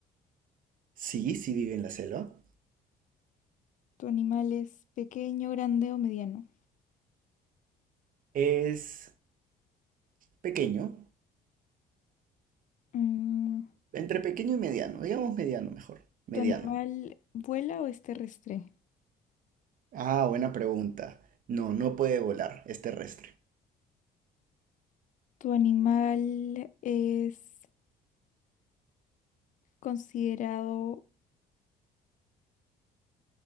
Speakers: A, on the right (about 55°); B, on the left (about 50°).
A: Sí, sí vive en la selva.
B: ¿Tu animal es pequeño, grande o mediano?
A: Es pequeño.
B: Mm,
A: Entre pequeño y mediano, digamos mediano mejor. Mediano.
B: ¿tu animal vuela o es terrestre?
A: Ah, buena pregunta. No, no puede volar, es terrestre.
B: ¿Tu animal es considerado,